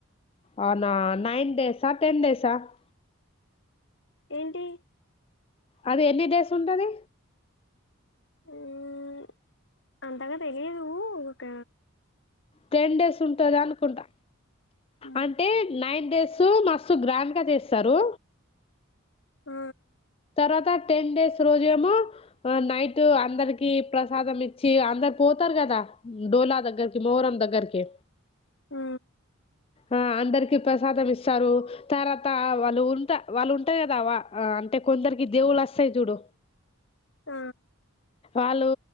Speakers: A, on the left; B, on the left.
A: అవునా నైన్ డేసా ఆ టెన్ డేసా ఆ
B: ఏంటి
A: అది ఎన్ని డేస్ ఉంటది
B: మ్మ్ అంతగా తెలిదు ఒక
A: టెన్ డేస్ ఉంటది అనుకుంటా
B: ఉమ్,
A: అంటే నైన్ డేస్ మస్తు గ్రాండ్గా చేస్తారు
B: ఆ
A: తర్వాత టెన్ డేస్ రోజు ఏమో నైట్ అందరికి ప్రసాదం ఇచ్చి అందరు పోతారు కదా డోలా దగ్గరకి మొహ్రం దగ్గరీకే
B: ఆ
A: ఆ అందరికి ప్రసాదం ఇస్తారు తర్వాత వాళ్ళు, ఉంటా వాళ్ళు ఉంటా కదా ఆ వా అంటే కొందరికి దేవుళ్ళు స్తయి చూడు
B: ఆ
A: ఆళ్ళు